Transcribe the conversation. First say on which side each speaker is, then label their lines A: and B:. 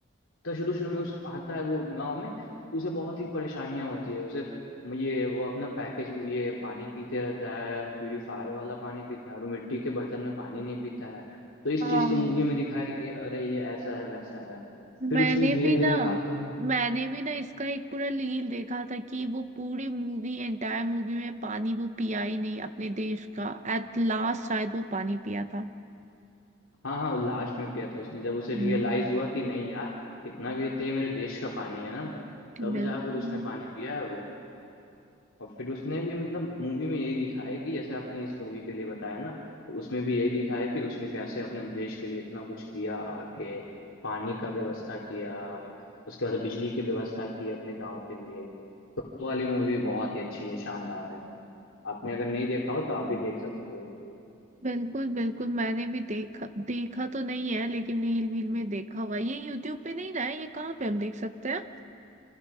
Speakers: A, on the left; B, on the right.
A: तो शुरू शुरू में उस आता है वो गांव में तो उसे बहुत ही परेशानियां होती है उसे ये वो अपना पैकेज ये पानी पीते रहता है प्यूरीफायर वाला पानी पीता है और मिट्टी के बर्तन में पानी नहीं पीता है तो इस
B: हाँ
A: चीज को मूवी में दिखाया है कि अरे ये ऐसा है वैसा है फिर
B: मैंने
A: उसने धीरे
B: भी
A: धीरे
B: ना
A: दिखाता है
B: मैंने भी ना इसका एक पूरा रील देखा था कि वो पूरी मूवी एंटायर मूवी में पानी वो पिया ही नहीं अपने देश का एट लास्ट शायद वो पानी पिया था
A: हाँ हाँ लास्ट में पिया था उसने जब उसे
B: हम्म,
A: रियलाइज हुआ कि नहीं यार कितना भी है तो ये मेरे देश का पानी है ना तब
B: बिल्कुल
A: जाकर उसने पानी पिया है वो और फिर उसने भी मतलब मूवी में यही दिखाया है कि जैसे आपने इस मूवी के लिए बताया ना तो उसमें भी यही दिखाया है कि उसने कैसे अपने देश के लिए इतना कुछ किया आके पानी का व्यवस्था किया उसके बाद बिजली की व्यवस्था की अपने गांव के लिए वो वाली मूवी भी बहुत ही अच्छी है शानदार है आपने अगर नहीं देखा हो तो आप भी देख सकते हो
B: बिल्कुल बिल्कुल मैंने भी देखा देखा तो नहीं है लेकिन रील वील में देखा हुआ है। ये यूट्यूब पे नहीं ना है ये कहाँ पे हम देख सकते हैं